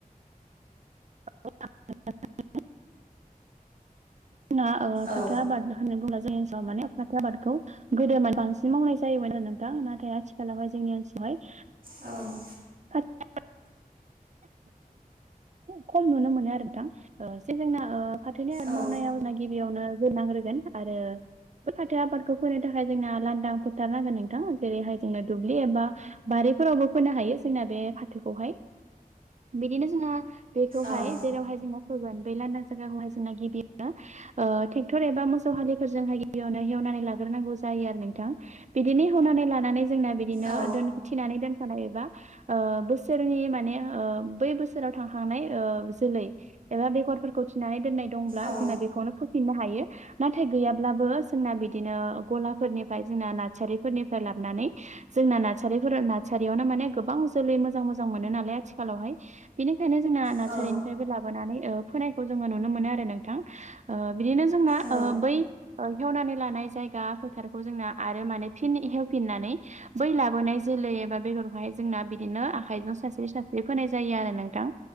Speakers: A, on the right (about 50°); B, on the right (about 70°).
A: <unintelligible> ना फाथो
B: औ
A: आबाद होननानै बुंब्ला जोंनसाव माने फाथो आबादखौ गोदोमा बांसिन मावनाय जायोमोन आरो नोंथां नाथाय आथिखालावहाय जोंनि ओनसोलावहाय
B: औ
A: <unintelligible> खम नुनो मोनो आरो नोंथां जोंना फाथोनि आबाद
B: औ
A: मावनायाव गिबियावनो नांग्रोगोन आरो बे फाथो आबादखौ फोनो थाखाय जोंना लांदां फोथार नांगोन नोंथां जेरैहाय जोंनो दुब्लि एबा बारिफोरावबो फोनो हायो जोंना बे फाथोखौहाय बिदिनो जोंना बेखौहाय
B: औ
A: जेरावहाय जोंना फोगोन बे लान्दां जायगाखौहाय जोंना गिबियो ट्रेक्टर एबा मोसौ हालिफोरजोंहाय गिबियावनो हेवनानै लाग्रोनांगौ जायो आरो नोंथां बिदिनो हेवनानै लानानै जोंना बि बिदिनो
B: औ
A: दोननानै दोनखानाय एबा बोसोरनि माने बै बोसोराव थांखांनाय जोलै एबा बेगरफोरखौ थिनानै दोननाय दंब्ला
B: औ
A: जोंना बेखौनो फोफिननो हायो नाथाय गैयाब्लाबो जोंना बिदिनो गलाफोरनिफ्राय जोंना नार्सारिफोरनिफ्राय लाबोनानै जोंना नार्सारिफोर नार्सारियावनो माने गोबां जोलै मोजां मोजां मोनो नालाय आथि आथिखालावहाय बिनिखायनो जोंना नार्सारिनिफ्रायबो
B: औ
A: लाबोनानै ओ फोनायखौ जोंङोना नुनो मोनो आरो नोंथां बिदिनो जोंना
B: औ
A: बै खेवनानै लानाय जायगा फोथारखौ जोंना आरो माने फिन हेवफिननानै बै लाबोनाय जोलै एबा बेगरखौहाय जोंना बिदिनो आखाइजों सारस्रि सा बे फोनाय जायो आरो नोंथां